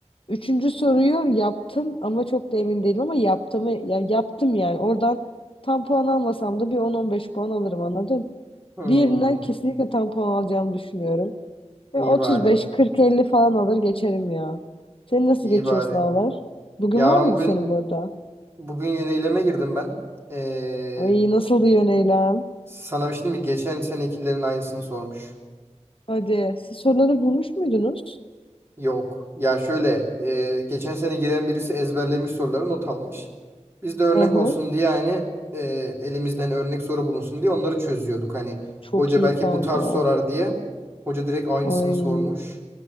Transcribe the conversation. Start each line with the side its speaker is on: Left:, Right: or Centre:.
Left: Üçüncü soruyu yaptım ama çok da emin değilim ama yaptım, ya yaptım yani. Oradan tam puan almasam da bir on on beş puan alırım anladın?
Right: Hı.
Left: Diğerinden kesinlikle tam puan alacağımı düşünüyorum. Ve
Right: İyi
Left: 35-40-50
Right: bari.
Left: falan alır geçerim ya. Senin nasıl
Right: İyi
Left: geçiyor
Right: bari.
Left: sınavlar? Bugün
Right: Ya
Left: var
Right: ben
Left: mıydı
Right: bugün
Left: senin bu arada?
Right: bugün yöneyleme girdim ben. Ee,
Left: Ay nasıldı yöneylem?
Right: sana bir şey diyeyim mi? Geçen senekilerin aynısını sormuş.
Left: Hadi. Siz soruları bulmuş muydunuz?
Right: Yok. Ya şöyle e, geçen sene giren birisi ezberlemiş soruları not almış. Biz de örnek
Left: Aha,
Right: olsun diye hani e, elimizden örnek soru bulunsun diye onları çözüyorduk. Hani
Left: Çok
Right: hoca
Left: iyi
Right: belki
Left: kanka.
Right: bu tarz sorar diye. Hoca direkt aynısını
Left: Ay.
Right: sormuş.